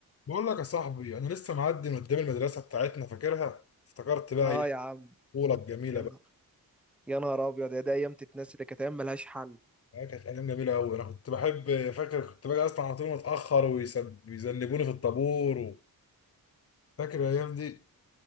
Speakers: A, on the left (about 40°); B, in the centre.
A: بقول لك يا صاحبي انا لسه معدي من قدام المدرسه بتاعتنا فاكرها افتكرت بقى
B: اه
A: ايه
B: يا عم
A: الطفوله الجميله
B: يا نهار
A: بقى
B: يا نهار ابيض يا دي ايام تتنسي ده كانت ايام ملهاش حل
A: آه، كانت ايام جميله قوي انا كنت بحب فاكر كنت باجي اصلا على طول متاخر ويذنبوني في الطابور و... فاكر الايام دي